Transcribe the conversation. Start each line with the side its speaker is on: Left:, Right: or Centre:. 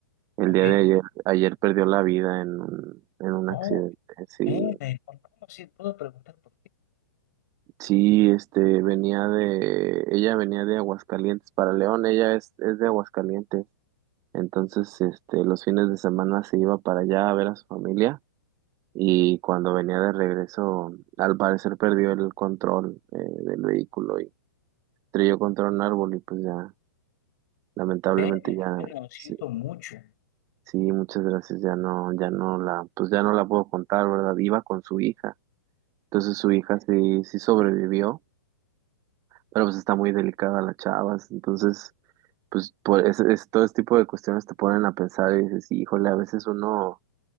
Right: el
Left: ¿ok?
Right: día de ayer, ayer perdió la vida en un, en un
Left: Oh,
Right: accidente, sí.
Left: pene, ¿por qué no? Sí, puedo preguntar por qué,
Right: Sí, este, venía de, ella venía de Aguascalientes para León, ella es, es de Aguascalientes, entonces, este, los fines de semana se iba para allá a ver a su familia y cuando venía de regreso, al parecer perdió el control eh, del vehículo y estrelló contra un árbol y pues ya, lamentablemente
Left: pene,
Right: ya,
Left: pene, lo siento
Right: sí,
Left: mucho,
Right: sí, muchas gracias, ya no, ya no la, pues ya no la puedo contar, ¿verdad? Iba con su hija, entonces su hija sí, sí sobrevivió, pero pues está muy delicada la chava, entonces pues por es, es- todo este tipo de cuestiones te ponen a pensar y dices, híjole, a veces uno,